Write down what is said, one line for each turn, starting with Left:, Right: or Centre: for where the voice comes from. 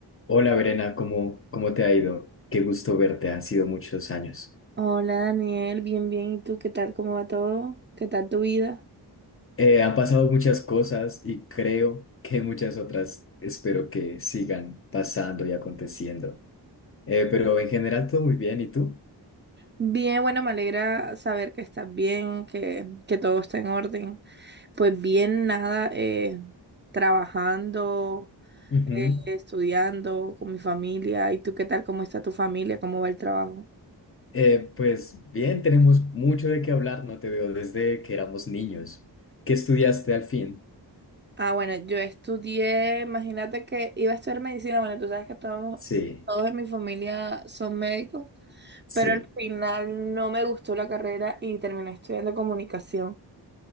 Left: Hola, Verena, ¿cómo, cómo te ha ido? Qué gusto verte, han sido muchos años.
Right: Hola Daniel, bien, bien. ¿Y tú qué tal? ¿Cómo va todo? ¿Qué tal tu vida?
Left: Eh, han pasado muchas cosas y creo que muchas otras espero que sigan pasando y aconteciendo. Eh, pero en general todo muy bien, ¿y tú?
Right: Bien, bueno, me alegra saber que estás bien, que, que todo está en orden. Pues bien, nada, eh, trabajando,
Left: Ujú.
Right: eh, estudiando con mi familia. ¿Y tú qué tal? ¿Cómo está tu familia? ¿Cómo va el trabajo?
Left: Eh, pues bien, tenemos mucho de qué hablar, no te veo desde que éramos niños. ¿Qué estudiaste al fin?
Right: Ah, bueno, yo estudié, imagínate que iba a estudiar medicina. Bueno, tú sabes que todos,
Left: Sí,
Right: todos en mi familia son médicos.
Left: sí.
Right: pero al final no me gustó la carrera y terminé estudiando comunicación.